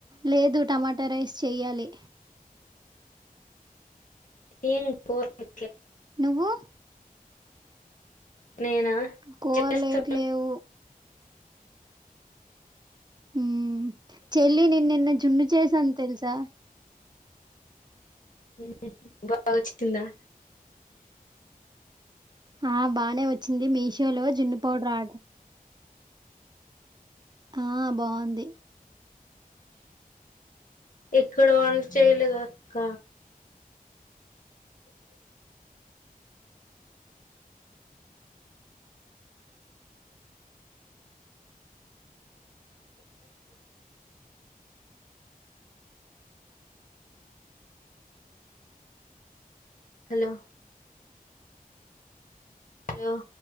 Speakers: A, on the right; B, on the left.
A: లేదు టమాటా రైస్ చెయ్యాలి.
B: ఏం కూరలు
A: నువ్వు
B: నేనా
A: కూరలు
B: చేస్తా
A: ఏట్ లేవు. ఉహ్మ్ చెల్లి నేన్నెన్న జున్న చేేసన్ తెల్సా
B: ఉమ్ బాగా చికిందా
A: ఆ బాగానే వచ్చింది మీషోలో జున్ను పౌడర్ ఆర్డర్ ఆ బాగుంది
B: ఎక్కడ వంట చేయలేదు అక్క హలో హలో